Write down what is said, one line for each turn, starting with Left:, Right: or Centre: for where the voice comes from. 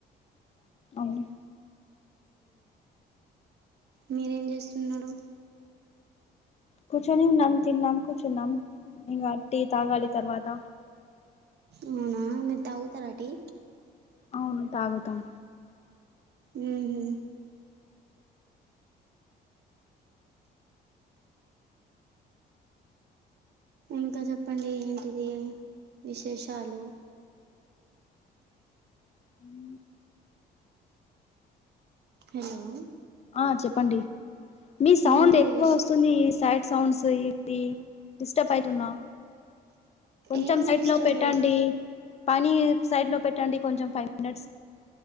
Left: అవును
Right: మీరేం చేస్తున్నరు?
Left: కూర్చునిం నమ్ తిన్నాం కూర్చున్నాం, ఇంగా టీ తాగాలి తర్వాత.
Right: అవునా మీరు తాగుతారా టి?
Left: అవును తాగుతాం.
Right: ఉహు ఇంకా చెప్పండి ఏంటిది విశేషాలు?
Left: ఉం
Right: హలో
Left: ఆ చెప్పండి, మీ సౌండ్
Right: ఏంటిది
Left: ఎక్కువ
Right: విష్
Left: వస్తుంది. ఈ సైడ్ సౌండ్స్ ఇది డిస్టర్బ్ అయితున్నా. కొంచెం
Right: ఏం
Left: సైడ్
Right: డిస్టర్బ్
Left: లో పెట్టండి,
Right: అయ్య
Left: పనీ సైడ్ లో పెట్టండి కొంచెం ఫై మినెట్స్